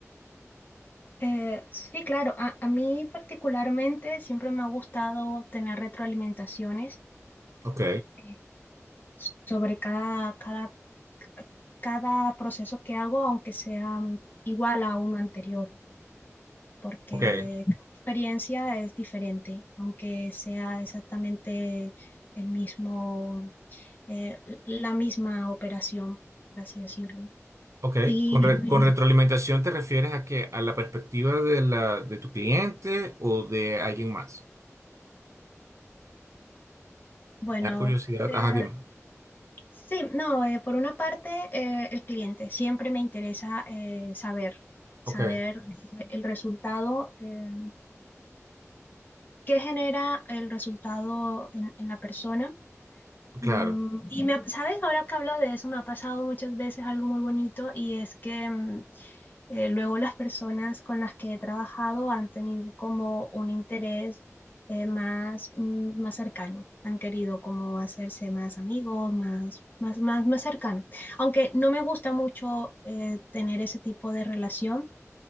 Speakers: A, on the left (about 35°); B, on the right (about 70°).
A: Eh, sí, claro, a, a mí particularmente siempre me ha gustado tener retroalimentaciones
B: Ok,
A: eh, sobre cada, cada, cada proceso que hago, aunque sea mm, igual a uno anterior, porque
B: ok,
A: cada experiencia es diferente, aunque sea exactamente el mismo, eh, la misma operación, por así decirlo.
B: ok.
A: Y,
B: Con, re-
A: y,
B: con retroalimentación te refieres a que a la perspectiva de la, de tu cliente o de alguien más.
A: bueno.
B: Me da curiosidad.
A: eh,
B: Ajá, dime.
A: Sí, no, eh, por una parte, eh, el cliente. Siempre me interesa eh, saber, saber
B: Ok,
A: eh, el resultado, eh, qué genera el resultado en, en la persona.
B: claro,
A: Mm, y me, ha- ¿sabes? Ahora que hablo de eso, me ha pasado muchas veces algo muy bonito y es que mm, eh, luego las personas con las que he trabajado han tenido como un interés eh, más, mm, más cercano, han querido como hacerse más amigos, más, más, más, más cercano. Aunque no me gusta mucho eh, tener ese tipo de relación,